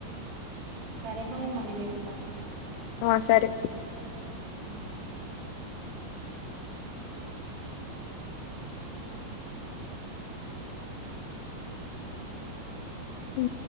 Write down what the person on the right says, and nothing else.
సరేగా నేను మళ్ళీ చేస్తా.
హ